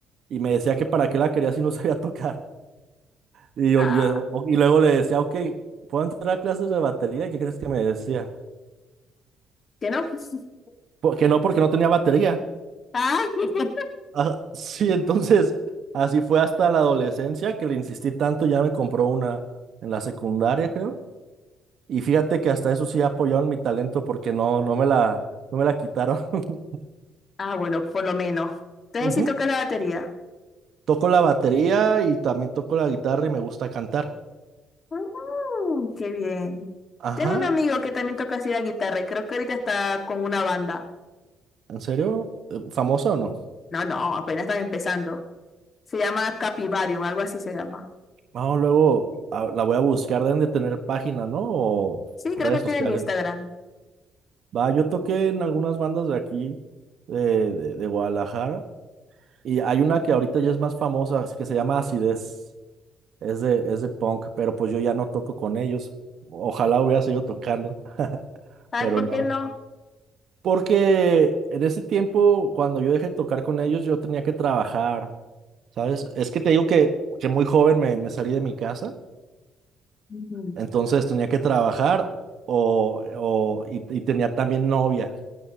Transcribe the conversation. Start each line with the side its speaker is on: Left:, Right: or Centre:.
Right: y me decía que para qué la quería si no sabía tocar. Y, yo,
Left: Ah,
Right: yo- o- y luego le decía, ok, ¿puedo entrar a clases de batería? ¿Y qué crees que me decía?
Left: ¿que no? <laughs>
Right: "Po- Que no, porque no tenía batería.
Left: Ah, <laughs>
Right: Ah, <laughs> sí, entonces así fue hasta la adolescencia que le insistí tanto, ya me compró una en la secundaria, creo. Y fíjate que hasta eso sí apoyaron mi talento porque no, no me la, no me la quitaron. <laughs>
Left: ah, bueno, por lo menos. Entonces
Right: Ujú.
Left: sí toca la batería.
Right: Toco la batería y también toco la guitarra y me gusta cantar.
Left: Mm, qué bien.
Right: Ajá,
Left: Tengo un amigo que también toca así la guitarra y creo que ahorita está con una banda.
Right: ¿en serio? Eh, ¿Famoso o no?
Left: No, no, apenas están empezando. Se llama Capivarium, algo así se llama.
Right: No, luego ah, la voy a buscar, deben de tener página, ¿no? O
Left: Sí,
Right: redes
Left: creo que tienen
Right: sociales.
Left: Instagram.
Right: Va, yo toqué en algunas bandas de aquí, de, de, de Guadalajara, y hay una que ahorita ya es más famosa, que se llama Acidez. Es de, es de punk, pero pues yo ya no toco con ellos. Ojalá hubiera seguido tocando,
Left: Ay,
Right: pero
Left: ¿por
Right: no.
Left: qué no?
Right: Porque en ese tiempo, cuando yo dejé de tocar con ellos, yo tenía que trabajar, ¿sabes? Es que te digo que, que muy joven me, me salí de mi casa.
Left: Ujú.
Right: Entonces tenía que trabajar o, o- y, y tenía también novia.